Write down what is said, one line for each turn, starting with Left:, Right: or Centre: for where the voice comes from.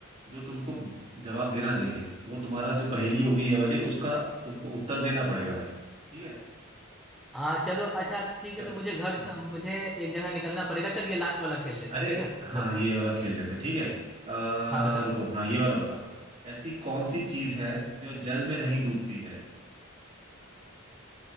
Right: जो तुमको जवाब देना चाहिए वो तुम्हारा जो पहेली होगी ये वाली उसका तुमको उत्तर देना पड़ेगा भाई साहब ठीक है
Centre: आ, चलो अच्छा ठीक
Right: चलो
Centre: है तो मुझे घर
Right: हम्म
Centre: मुझे एक जगह निकलना पड़ेगा चल ये लास्ट वाला खेल लेते
Right: अरे
Centre: हैं ठीक है
Right: हाँ
Centre: बत,
Right: ये वाला खेल लेते ठीक है आ,
Centre: हाँ बताओ
Right: रुको हाँ ये वाला बताओ ऐसी कौन सी चीज है जो जल में नहीं डूबती है